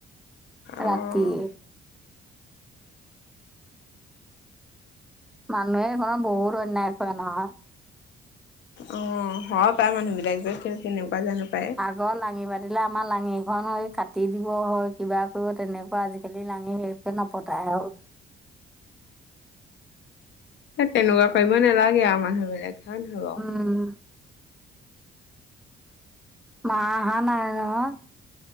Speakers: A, on the left (about 65°); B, in the centre.
A: অ',
B: ৰাতি। মানুহে ঘৰত বহুত অন্যায় কৰে নহয়।
A: অঁ, হয় পাই মানুহ বিলাক যে কি তেনেকুৱা জানো পায়?
B: ঘৰত লাঙি পাতিলে আমাৰ লাঙিখন হে কাটি দিব। হয়, কিবা কৰিব তেনেকুৱা আজি-কালি লাঙি সেই এ নপতাই হ'ল।
A: তেনেকুৱা কৰিব নালাগে আও মানুহ বিলাকে। হয় নহয় বাও?
B: উম। মা অহা নাই নহয়।